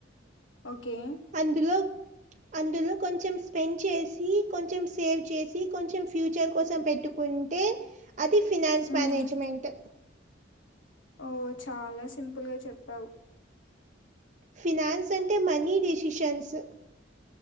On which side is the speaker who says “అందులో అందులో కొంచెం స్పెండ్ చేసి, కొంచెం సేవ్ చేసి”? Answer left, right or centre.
Right